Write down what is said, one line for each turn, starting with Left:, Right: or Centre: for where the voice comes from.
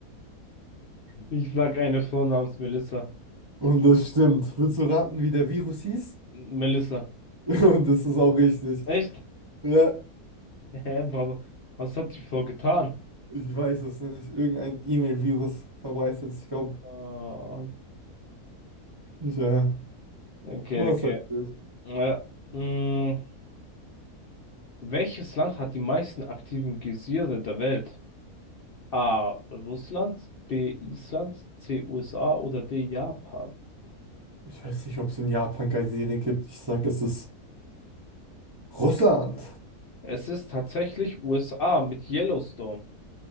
Left: Ich sag eine Frau namens Melissa.
Right: Und das stimmt. Willst du raten, wie der Virus hieß?
Left: Melissa.
Right: <laughs> Und das ist auch richtig.
Left: Echt?
Right: Ja,
Left: Hä, aber was hat die Frau getan?
Right: ich weiß es nicht. Irgendein E-Mail-Virus verbreitet. Ich glaube,
Left: Ah,
Right: ich, äh,
Left: Okay,
Right: was
Left: okay.
Right: heißt das?
Left: Äh, mh, welches Land hat die meisten aktiven Geysire der Welt? A. Russland, B. Island, C. USA oder D. Japan?
Right: Ich weiß nicht, ob es in Japan keine Serien gibt. Ich sag, es ist Russland.
Left: Es ist tatsächlich USA mit Yellowstone.